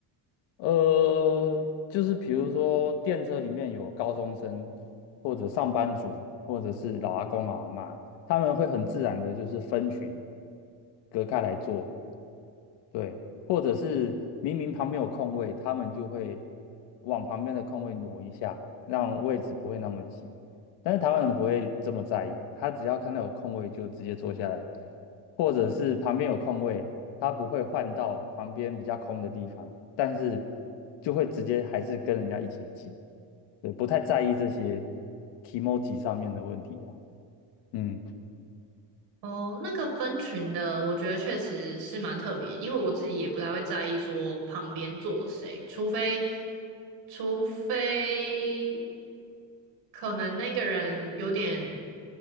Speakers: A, on the left; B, on the right.
A: 呃，就是比如说电车里面有高中生，或者上班族，或者是老阿公老阿妈，他们会很自然的就是分群隔开来坐。对，或者是明明旁边有空位，他们就会往旁边的空位挪一下，让位置不会那么挤。但是台湾人不会这么在意，他只要看到有空位就直接坐下来，或者是旁边有空位，他不会换到旁边比较空的地方，但是就会直接还是跟人家一起挤，对，不太在意这些 emoji 上面的问题啊。嗯，
B: 哦，那个分群的，我觉得确实是蛮特别，因为我自己也不太会在意说旁边坐谁，除非，除非可能那个人有点，